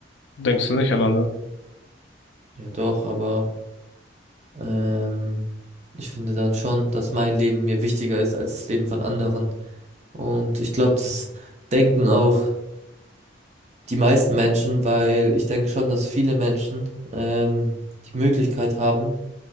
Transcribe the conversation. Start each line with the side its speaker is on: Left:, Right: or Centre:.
Left: denkst du nicht an andere?
Right: Ja, doch, aber ähm, ich finde dann schon, dass mein Leben mir wichtiger ist als das Leben von anderen. Und ich glaube, das denken auch Die meisten Menschen, weil ich denke schon, dass viele Menschen ähm, die Möglichkeit haben,